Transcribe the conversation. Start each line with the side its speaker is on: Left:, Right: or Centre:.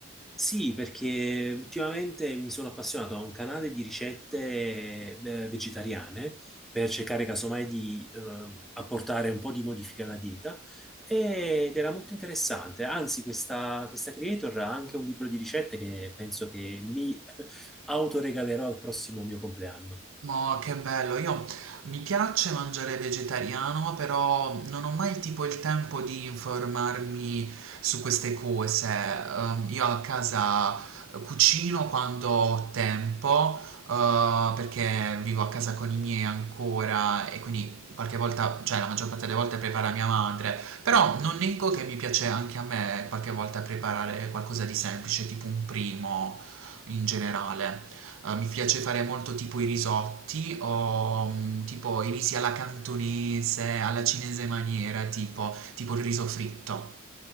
Centre: sì, perché ultimamente mi sono appassionato a un canale di ricette eh, vegetariane per cercare casomai di ehm, apportare un po' di modifica alla dieta ed era molto interessante. Anzi, questa, questa creator ha anche un libro di ricette che penso che mi <laughs> autoregalerò al prossimo mio compleanno.
Right: Ma che bello, io mi piace mangiare vegetariano, però non ho mai tipo il tempo di informarmi su queste cose. Ehm, io a casa cucino quando ho tempo, eh, perché vivo a casa con i miei ancora e quindi qualche volta, cioè la maggior parte delle volte prepara mia madre, però non nego che mi piace anche a me qualche volta preparare qualcosa di semplice, tipo un primo in generale. Eh, mi piace fare molto tipo i risotti o mm, tipo i risi alla cantonese, alla cinese maniera, tipo, tipo il riso fritto.